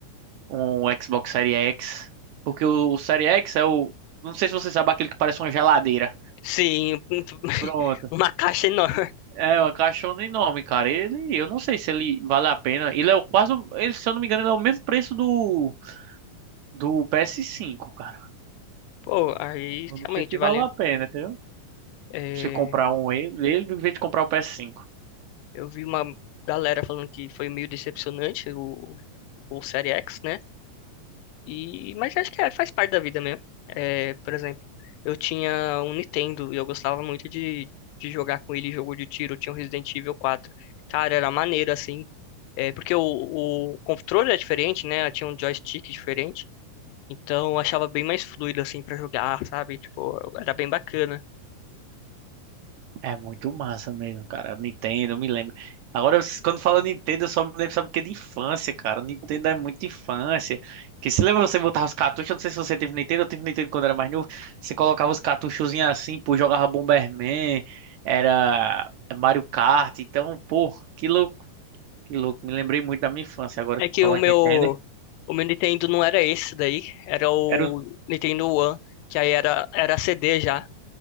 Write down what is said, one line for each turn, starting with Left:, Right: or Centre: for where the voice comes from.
Right: um Xbox Series X. Porque o, o Series X é o. Não sei se você sabe aquele que parece uma geladeira.
Left: Sim, <laughs>
Right: Pronto.
Left: uma caixa enorme.
Right: É uma caixona enorme, cara. Ele, eu não sei se ele vale a pena. Ele é o quase, o- ele, se eu não me engano, ele é o mesmo preço do do PS5, cara.
Left: Pô, aí
Right: Eu não
Left: realmente
Right: sei se
Left: vale.
Right: vale a pena, entendeu?
Left: é,
Right: Você comprar um ele, ele em vez de comprar o PS5.
Left: eu vi uma galera falando que foi meio decepcionante o, o Série X, né? E, mas acho que é, faz parte da vida mesmo. É, por exemplo, eu tinha um Nintendo e eu gostava muito de, de jogar com ele jogo de tiro. Eu tinha um Resident Evil 4. Cara, era maneiro assim. É, porque o, o controle é diferente, né? Eu Tinha um joystick diferente. Então eu achava bem mais fluido assim pra jogar, sabe? Tipo, era bem bacana.
Right: É muito massa mesmo, cara. Nintendo, eu me lembro. Agora, s- quando fala Nintendo, eu só me lembro, sabe o que? De infância, cara. Nintendo é muito infância. Que se lembra você botar os cartuchos? Eu não sei se você teve Nintendo, eu tive Nintendo quando era mais novo. Você colocava os cartuchozinhos assim, pô, jogava Bomberman, era Mario Kart. Então, pô, que louco, que louco. Me lembrei muito da minha infância. Agora,
Left: É
Right: que
Left: que
Right: falando
Left: o meu,
Right: em Nintendo.
Left: o meu Nintendo não era esse daí, era o
Right: Era
Left: Nintendo One, que aí era, era CD já.